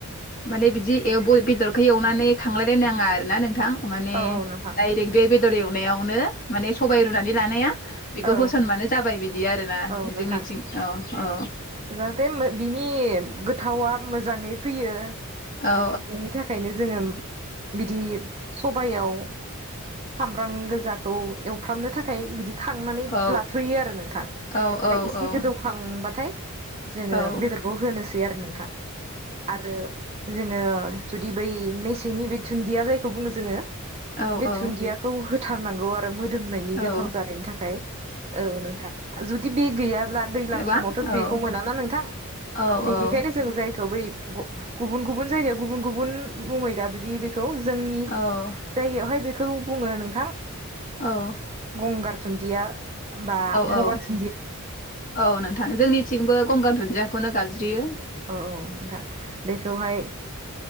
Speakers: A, on the left; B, on the right.
A: माने बिदि ए ब बेदरखौ एवनानै खांलायलायनो नाङा आरोना नोंथां माने
B: औ नोंथां
A: डायरेक्ट बे बेदर एवनायाव अनो माने सबायाइ रुनानै लानाया बिखौ
B: औ
A: होसनबानो जाबाय बिदि आरो ना
B: औ
A: जोंनिथिं
B: नोंथां
A: औ औ
B: जाहाथे बिनि गोथावा मोजाङै फैयो।
A: औ
B: बेनि थाखायनो जोंङो बिदि सबयाव सामब्राम गोजाखौ एवफ्रामनो थाखाय बिदि, खांनानै
A: औ
B: लाथ'यो आरो नोंथां
A: औ औ
B: ओमफाय एसे
A: औ
B: गोदौखां बाथाय, जोङो
A: औ
B: बेदरखो होनोसै ए आरो नोंथां आरो जोङो जुदि बै मेसेंनि बे दुन्दिया जायखौ बुङो जोङो
A: औ
B: बे
A: औ
B: दुन्दियाखौ होथारनांगौ आरो मोदोमनायनि
A: औ
B: गोथाव जानायनि थाखाय औ नोंथां, जुदि बे गैया, अब्ला दैज्लां
A: एबा
B: समावथ' बेखौ
A: औ
B: मोना ना नोंथां
A: औ
B: बेनिखायनो
A: औ
B: जों जायखौ बै, गुबुन गुबुन जायगायाव गुबुन गुबुन मुङै गाबज्रि बे खौ जोंनि
A: औ
B: जायगायावहाय बे खौ बुङो नोंथां,
A: औ
B: गंगार दुन्दिया बा
A: औ
B: मगाथि
A: औ नोंथां जोंनिथिंबो गंगार दुन्दिया बेखौनो गाबज्रियो,
B: औ औ नोंथां बेखौहाय